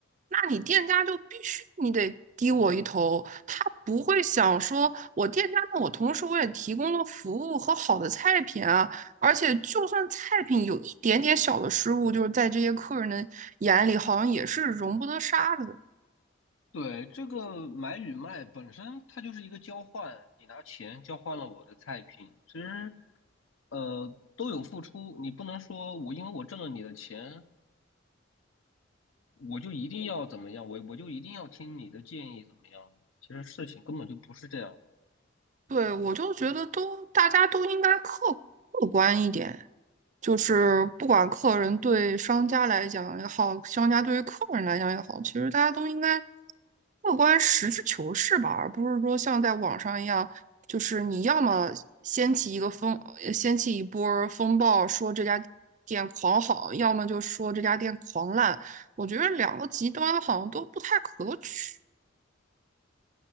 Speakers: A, on the right; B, on the left.
A: 那你店家就必须你得低我一头，他不会想说我店家，那我同时我也提供了服务和好的菜品啊，而且就算菜品有一点点小的失误，就是在这些客人的眼里好像也是容不得沙子的。
B: 对，这个买与卖本身它就是一个交换，你拿钱交换了我的菜品，其实呃，都有付出，你不能说我因为我挣了你的钱，我就一定要怎么样，我我就一定要听你的建议怎么样的其实事情根本就不是这样，
A: 对，我就觉得都大家都应该客客观一点，就是不管客人对商家来讲也好，商家对于客人来讲也好，其实大家都应该客观、实事求是吧，而不是说像在网上一样，就是你要么掀起一个风，呃掀起一波儿风暴，说这家店狂好，要么就说这家店狂烂，我觉得两个极端好像都不太可取。